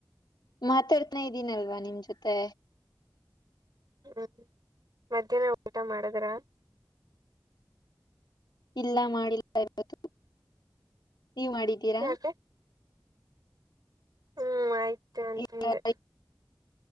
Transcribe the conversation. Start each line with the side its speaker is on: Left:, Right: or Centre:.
Left: ಮಾತಾಡ್ತನ ಇದ್ದೀನಲ್ವಾ ನಿಮ್ಮ ಜೊತೆ
Right: ಹ್ಮ್ ಮಧ್ಯಾಹ್ನ ಊಟ ಮಾಡದ್ರ.
Left: ಇಲ್ಲ ಮಾಡಿಲ್ಲ ಇ <unintelligible> ನೀವ ಮಾಡಿದ್ದೀರಾ
Right: ಯಾಕೆ ಹ್ಮ್ ಆಯ್ತು ಹಣ್ಣತಿಂದೆ
Left: ಇಲ್ಲ